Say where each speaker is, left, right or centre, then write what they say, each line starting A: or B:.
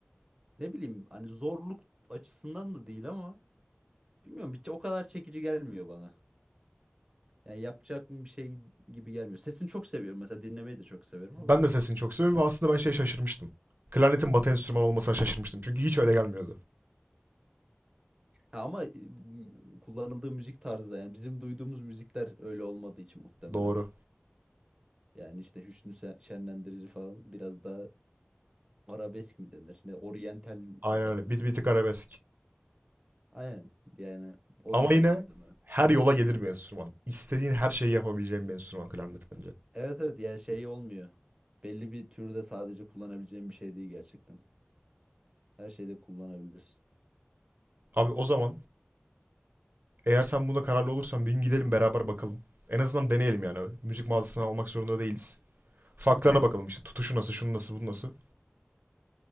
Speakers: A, on the right; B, on the right.
A: ne bileyim hani zorluk açısından da değil ama Bilmiyorum bir, o kadar çekici gelmiyor bana. Yani yapacak mı bir şey gibi gelmiyor. Sesini çok seviyorum mesela dinlemeyi de çok severim
B: Ben
A: ama
B: de sesini çok seviyorum ve aslında ben şey şaşırmıştım. Klarnetin batı enstrümanı olmasına şaşırmıştım. Çünkü hiç öyle gelmiyordu.
A: ha, ama e, m- kullanıldığı müzik tarzı yani bizim duyduğumuz müzikler öyle olmadığı için muhtemelen.
B: Doğru.
A: Yani işte Hüsnü Sen- Şenlendirici falan biraz daha arabesk mi denir? Ne oryantal
B: Aynen
A: de denmez.
B: öyle. Bir, bir tık arabesk.
A: Aynen yani o
B: Ama
A: yüzden
B: yine
A: muhtemelen.
B: her yola gelir bir enstrüman. İstediğin her şeyi yapabileceğin bir enstrüman klarnet bence.
A: Evet evet ya şey olmuyor. Belli bir türde sadece kullanabileceğim bir şey değil gerçekten. Her şeyde kullanabilirsin.
B: Abi o zaman eğer sen bunda kararlı olursan bir gün gidelim beraber bakalım. En azından deneyelim yani. Müzik mağazasından almak zorunda değiliz. Farklarına
A: <laughs>
B: bakalım işte. Tutuşu nasıl, şunu nasıl, bu nasıl.